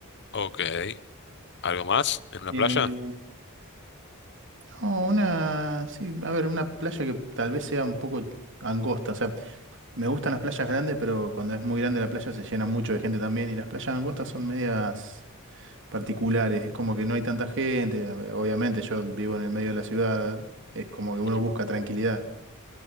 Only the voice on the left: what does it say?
Ok, ¿algo más en una
playa?
Ujú.